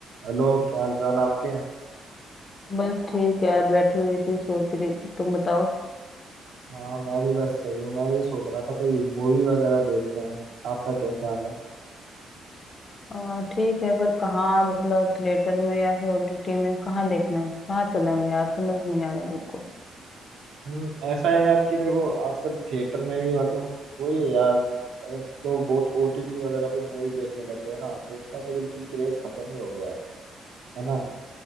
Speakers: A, on the right; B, on the left.
A: हेलो क्या हाल चाल है आपके
B: बस ठीक है यार बैठी हुई थी सोच रही तुम बताओ
A: हाँ मैं भी बस सही हूँ मैं ये सोच रहा था कोई मूवी वगैरह देखते हैं आपका क्या ख्याल है
B: आ, ठीक है पर कहाँ मतलब थिएटर में या फिर ओटीटी में कहाँ देखना है कहाँ चले हम यार समझ नहीं आ रहा मेरे को
A: हम्म, ऐसा है यार कि देखो आजकल थिएटर में भी मतलब वही है यार मतलब लोग बहुत ओटीटी वगैरह पे मूवी देखने लग गए ना तो उसका तो बिल्कुल क्रेज खत्म ही हो गया है ना